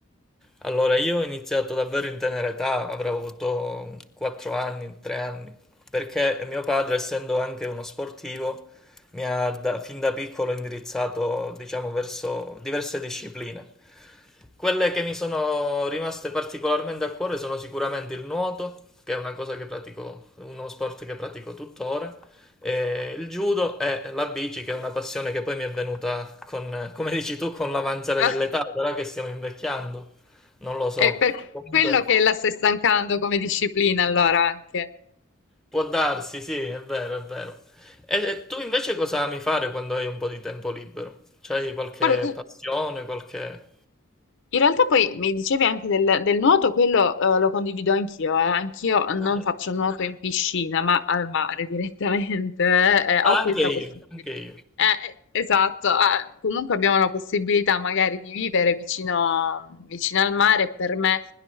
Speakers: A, in the centre; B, on the left.
A: Allora, io ho iniziato davvero in tenera età, avrò avuto 4 anni, 3 anni, perché mio padre, essendo anche uno sportivo, mi ha da- fin da piccolo indirizzato, diciamo, verso diverse discipline. Quelle che mi sono rimaste particolarmente a cuore sono sicuramente il nuoto, che è una cosa che pratico, uno sport che pratico tuttora, e il judo e la bici, che è una passione che poi mi è venuta con, come dici tu, con l'avanzare
B: Ah,
A: dell'età, però che stiamo invecchiando, non lo so.
B: È per
A: Comunque
B: quello che la stai stancando come disciplina, allora anche.
A: può darsi, sì, è vero, è vero. E e tu invece cosa ami fare quando hai un po' di tempo libero? C'hai qualche
B: Guarda, tu,
A: passione, qualche...
B: In realtà poi mi dicevi anche del, del nuoto, quello eh, lo condivido anch'io, eh. Anch'io non
A: Ah,
B: faccio nuoto in piscina, ma al mare direttamente, eh, eh, ho
A: anche
B: questa
A: io,
B: possibilità.
A: anche io.
B: Eh, eh, esatto, ah, comunque abbiamo la possibilità magari di vivere vicino, vicino al mare, per me,